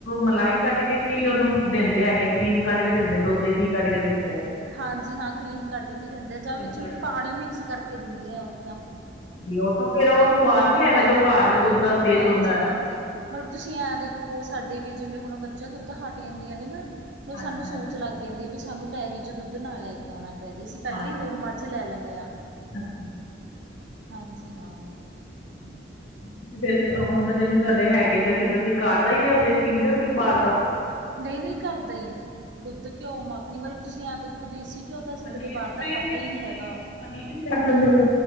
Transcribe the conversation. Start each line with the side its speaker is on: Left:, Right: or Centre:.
Left: ਮਲਾਈ ਕੱਢ ਕੇ ਕੀ ਉਨੂੰ ਦਿੰਦੇ ਹੈਗੇ ਕਰੀਮ ਕੱਢ ਕੇ ਦਿੰਦੇ ਦੁੱਧ ਦੇ ਕੀ ਕੱਢ ਕੇ ਦਿੰਦੇ ਐ।
Right: ਹਾਂਜੀ ਹਾਂ ਕਰੀਮ ਕੱਢ ਕੇ ਦਿੰਦੇ ਆ ਜਾਂ ਵਿੱਚ
Left: ਕੱਢ
Right: ਪਾਨੀ ਮਿਕਸ ਕਰਕੇ ਦਿੰਦੇ ਆ ਉਹ ਤਾ।
Left: ਵੀ ਉਹ ਤੋਂ ਫੇਰ ਉਹ ਸਵਾਦ ਨੀ ਹੈਗਾ ਜੋ ਘਰ ਦੇ ਦੁੱਧ ਦਾ ਟੇਸਟ
Right: ਹਾਂਜੀ-ਹਾਂਜੀ।
Left: ਹੁੰਦਾ ਐ।
Right: ਮਤਲਬ ਤੁਸੀਂ ਐ ਦੇਖੋ ਸਾਡੇ ਵੀ ਜਿਵੇਂ ਹੁਣ ਮੱਝਾਂ ਦੁੱਧ ਹਟ ਜਾਂਦੀਆਂ ਨੇ ਨਾ ਮਤਲਬ
Left: ਹਾਂਜੀ
Right: ਸਾਨੂੰ ਸੋਚ
Left: ਹਾਂਜੀ।
Right: ਲੱਗ ਜਾਂਦੀ ਐ ਵੀ ਸਾਨੂੰ ਡਾਇਰੀ ਚ ਦੁੱਧ ਨਾਲ ਲੈ ਕੇ ਆਉਣਾ ਪੈਜੇ ਅਸੀਂ ਪਹਿਲੇ
Left: ਹਾਂਜੀ
Right: ਹੋਰ ਮੱਝ ਲੈ ਲੈਂਦੇ ਆ
Left: ਅੱਛਾ।
Right: ਹਾਂਜੀ ਹਾਂ।
Left: <inaudible> ਫੇਰ ਹੁਣ ਜਿਨ ਤੁਹਾਡੇ ਹੈਗੇ ਤੇ ਫੇਰ ਤੁਸੀਂ ਕਾਰ ਦਾ ਹੀ ਹਜੇ ਪੀਂਦੇ ਹੋ ਕਿ ਬਾਰ ਦਾ।
Right: ਨਈ-ਨਈ ਕਰਦਾ ਹੀ ਦੁੱਧ, ਘਿਓ, ਮੱਖਣੀ ਮਤਲਬ ਤੁਸੀਂ ਆ ਦੇਖੋ ਦੇਸੀ ਘਿਓ ਤਾਂ ਅਸੀਂ
Left: ਪਨੀਰ
Right: ਕਦੇ ਬਾਰ
Left: ਪਨੀਰ
Right: ਦਾ ਖਾਧਾ
Left: ਵੀ ਤੁਸੀਂ
Right: ਹੀ ਨੀ ਹੈਗਾ।
Left: ਪਨੀਰ ਵੀ ਛੱਡ ਲੈਂਦੇ ਹੋ